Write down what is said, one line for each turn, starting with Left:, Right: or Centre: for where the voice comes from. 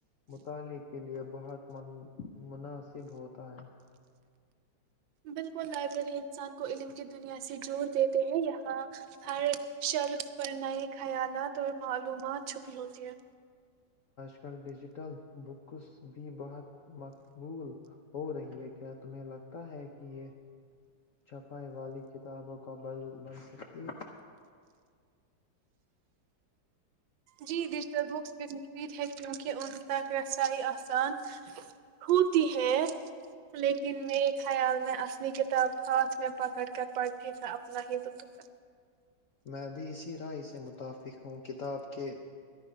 Left: مطالعہ کے لیئے بہت مناسب ہوتا ہے
Right: بالکل لائبریری انسان کو علم کی دنیا سے جوور دیتے ہیں یہاں ہر شلف پر نئے خیالات اور معلومات چھپی ہوتی ہے
Left: آج کل ڈیجیٹل بکس بھی بہت مقبول ہو رہی ہے کیا تمہیں لگتا ہے کہ یہ چھپائی والی کتابوں کا بل بن سکتی ہے
Right: جی دشٹر بکس بھی مفید ہے کیونکہ ان تک ریسائی آ آسان ہوتی ہے لیکن لیکن میرے خیال میں اصلی کتاب ہاتھ میں پکڑ کر پڑھنے کا اپنا ہی لطف
Left: میں بھی اسی رائے سے متفق ہوں کتاب کے